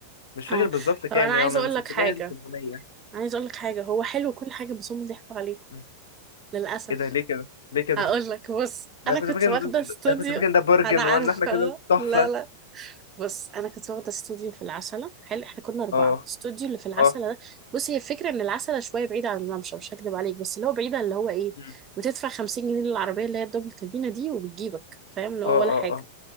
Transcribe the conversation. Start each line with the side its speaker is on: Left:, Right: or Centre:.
Left: مش فاكر
Right: اه
Left: بالظبط كام
Right: طب انا عايزه
Left: يعني هو من
Right: اقول
Left: 600
Right: لك حاجه
Left: ل 800
Right: عايزه اقول لك حاجه هو حلو كل حاجه بس هم ضحكوا عليكم
Left: مم.
Right: للاسف
Left: ايه ده ليه كده ليه كده
Right: هقول لك بص
Left: انا
Right: انا
Left: كنت
Right: كنت
Left: فاكر ان
Right: واخده
Left: ده...
Right: استوديو
Left: انا كنت فاكر ان ده برجن
Right: انا عارفه
Left: وان احنا كده تحفه
Right: لا لا بص انا كنت واخده استوديو في العسله حلو احنا كنا اربعه
Left: اه
Right: الاستوديو اللي في العسله
Left: اه
Right: ده بص هي الفكره ان العسله شويه بعيده عن الممشى مش هكدب عليك بس اللي هو بعيده اللي هو ايه
Left: مم.
Right: بتدفع 50 جنيه للعربيه اللي هي الدبل كابينه دي وبتجيبك فاهم اللي هو
Left: اه
Right: ولا حاجه
Left: اه اه